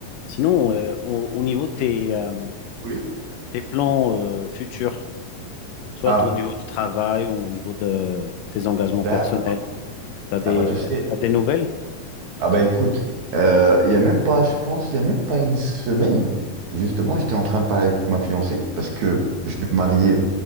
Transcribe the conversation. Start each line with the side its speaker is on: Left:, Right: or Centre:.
Left: Sinon, euh, au, au niveau de tes, euh,
Right: Oui.
Left: tes plans euh, futurs, soit
Right: Ah,
Left: au niveau du travail ou au niveau de tes engagements
Right: d'accord.
Left: personnels, tu as des,
Right: Ah bah tu sais,
Left: t'as des nouvelles?
Right: ah bah écoute, euh, il y a même pas, je pense, il y a même pas une semaine, justement, j'étais en train de parler avec ma fiancée parce que je vais me marier